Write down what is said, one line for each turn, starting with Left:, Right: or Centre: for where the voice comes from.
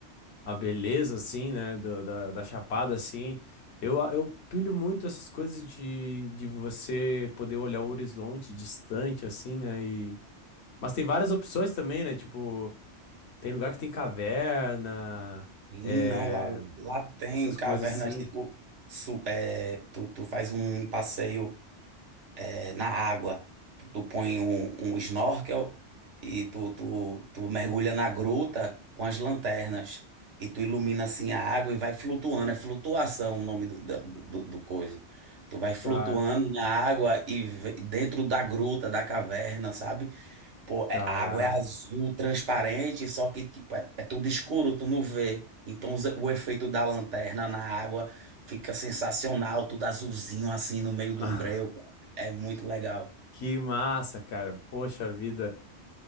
Left: a beleza, assim, né? Do, da, da Chapada, assim. Eu, eu pilho muito essas coisas de, de você poder olhar o horizonte distante, assim, né? E, mas tem várias opções também, né? Tipo. Tem lugar que tem caverna,
Right: Sim,
Left: é,
Right: não, lá, lá tem
Left: essas
Right: cavernas,
Left: coisas assim.
Right: tipo, su- é, tu, tu faz um passeio. é, na água. Tu, tu põe um, um snorkel e tu, tu, tu mergulha na gruta com as lanternas. E tu ilumina assim a água e vai flutuando. É flutuação o nome do, da- do, do coisa. Tu vai flutuando
Left: Ca-
Right: na água e ve- dentro da gruta, da caverna, sabe? Pô, é-
Left: Caraca.
Right: a água é azul, transparente, só que tipo, é, é tudo escuro, tu não vê. Então os- o efeito da lanterna na água fica sensacional, tudo azulzinho assim no meio
Left: <laughs>
Right: de um breu. cara. É muito legal.
Left: Que massa, cara. Poxa vida.